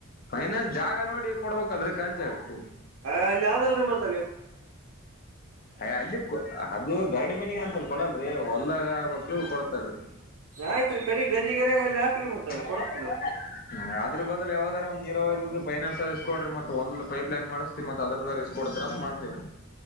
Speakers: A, on the left; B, on the right.
A: ಮೈನ ಜಾಗ ನೋಡಿ ಕೊಡ್ಬೇಕಲ್ರರಿ ಕಾಲ್ಚಿ ಆಗಕ್ಕೆ
B: ಹ ಅಲ್ಲಿ ಯಾವ್ದದಲ್ರೀ ಮ <unintelligible>
A: ಹ ಅಲ್ಲಿ ಅದು ಗರಡಿ ಮನಿಗೆ ಅಂತಲ್ಲ ಕೊಡ ಹೊಂದಗ <unintelligible> ಕೊಡ್ತಾರೀ <unintelligible>
B: ಆಯ್ತ್ರಿ ಕಡಿ ಗಂಜಿಗೇರಿಯಾಗ ಅಲ್ಲಿ ಹಾಕ್ರಿ ಮತ್ತ
A: ಹ್ಮ
B: ಕೊಡ್ತದ
A: ಅದ್ರ ಬದಲು ಯಾವದೂಂದು <unintelligible> ಪೈನ್ರಿಸ್ಕಡ್ರರಿ ಮೆ ಒಲ್ ಪೈಪ್ ಲೈನ್ ಮಾಡಿಸತತಿ ಮ ಅದ ಇಸ್ಕ ಕೊಡ್ರಿ ಅಂತ ಮಾಡ್ತವರಿ